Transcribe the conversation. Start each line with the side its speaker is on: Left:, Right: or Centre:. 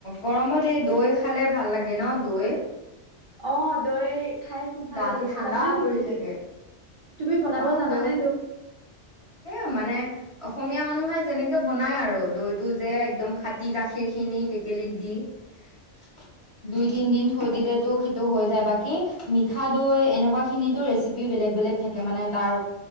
Left: গৰমত এই দৈ খালে ভাল লাগে ন দৈ?
Right: অ দৈ খাই খুব ভাল
Left: গাটো
Right: লাগে
Left: ঠাণ্ডা
Right: জানা নেকি
Left: পৰি থাকে,
Right: তুমি বনাব
Left: অ
Right: জানানে
Left: দৈ এ মানে অসমীয়া মানুহে যেনেকে বনাই আৰু দৈ টো যে একদম খাটি গাখীৰখিনি টেকেলিত দি অ দুই তিন দিন থৈ দিলেটো সেইটো হৈ যায় বাকী। <unintelligible> মিঠা দৈ এনেকুৱাখিনিটো ৰেচিপি বেলেগ-বেলেগ থাকে মানে তাৰ